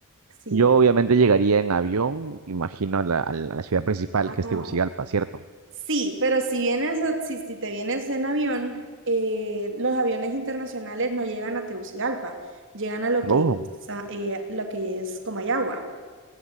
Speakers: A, on the right (about 60°); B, on the right (about 80°).
A: Sí.
B: Yo obviamente llegaría en avión, imagino, a la, a la a la ciudad principal
A: Ah,
B: que es Tegucigalpa, ¿cierto?
A: Sí, pero si vienes, a- si, si te vienes en avión, eh, los aviones internacionales no llegan a Tegucigalpa, llegan a lo que,
B: Oh.
A: sa- eh, lo que es Comayagua,